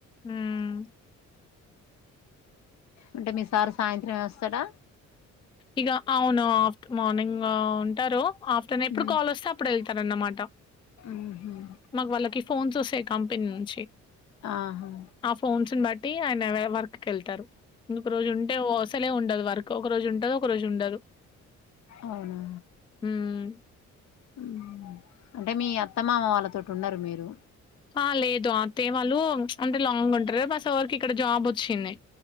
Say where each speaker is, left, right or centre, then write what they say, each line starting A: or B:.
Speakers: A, on the left; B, on the left.
A: మ్
B: అంటే మీసారు సాయంత్రం ఏ వస్తాడా
A: ఇక అవును ఆఫ్టర్ మార్నింగ్ ఉంటారు ఆఫ్టర్ ఎప్పుడు
B: మ్మ్
A: కాల్ వస్తే అప్పుడు వెళ్తారన్నమాట
B: మ్మ్
A: మాకు వాళ్ళకి ఫోన్స్ వస్తాయ్ కంపెని నుంచి
B: ఆహా
A: ఆ ఫోన్స్ బట్టి ఆయన వర్క్ కి వెళ్తారు ఒక రోజు ఉంటే ఒ అసలే ఉండదు వర్క్ ఒక రోజు ఉన్ ది ఒక రోజు ఉండదు
B: అవునా
A: ఉమ్.
B: ఉ అంటే మీ అత్ త్తమామ వాళ్ళతోటి ఉండరు మీరు
A: ఆ లేదు అత్తయ్య వాళ్ళు అంటే లాంగ్ ఉంటారు మా సార్ కి ఇక్కడ జాబ్ వచ్చింది